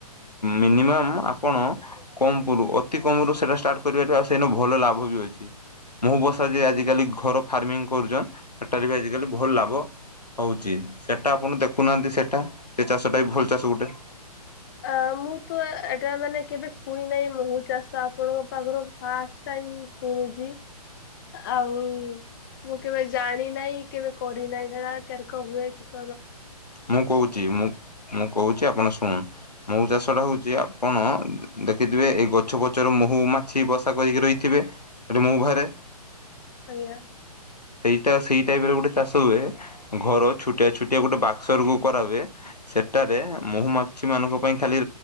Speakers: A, on the left; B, on the left.
A: ମିନିମମ ଆପଣ କମ ଅତି କମରୁ ସେଇଟା ଷ୍ଟାର୍ଟ କରିପାରିବେ। ଆଉ ସେଇଟା ଭଲ ଲାଭ ବି ଅଛି। ମୁଁ ବସା ଯେ ଆଜିକାଲି ଘର ଫାର୍ମିଂ କରୁଛନ୍ ସେଟାରେ ବି ଆଜିକାଲି ଭଲ ଲାଭ। ହଉଛି ସେଟା ଆପଣ ଦେଖୁନାହାନ୍ତି ସେଟା ସେ ଚାଷଟା ବି ଭଲ ଚାଷ ଗୋଟେ।
B: ଅ ମୁଁ ତ ଏଟା ମାନେ କେବେ ଶୁଣି ନାହିଁ ମହୁ ଚାଷ ଆପଣଙ୍କ ପାଖରୁ ଫାଷ୍ଟ ଶୁଣୁଛି।
A: ଆ
B: ଆଉ ମୁଁ କେବେ ଜାଣି ନାହିଁ କେବେ କରିନାହିଁ ସେ କୋରକ ହୁଏ କିହ
A: ମୁଁ କହୁଛି ମୁଁ ମୁଁ କହୁଛି ଆପଣ ଶୁଣ ମହୁ ଚାଷ ଟା ହଉଛି ଆପଣ ଦେଖିଥିବେ ଏଇ ଗଛ ପଛରୁ ମହୁ ମାଛି ବସା କରିକି ରହିଥିବେ। ମୁ ଭାରେ
B: ଆଜ୍ଞା।
A: ସେଇଟା ସେଇ ଟାଇପରେ ଗୋଟେ ଚାଷ ହୁଏ ଘର ଛୋଟିଆ ଛୋଟିଆ ଗୋଟେ ବାକ୍ସର କ କରା ହୁଏ ସେଟାରେ ମହୁମାଛି ମାନଙ୍କ ପାଇଁ ଖାଲି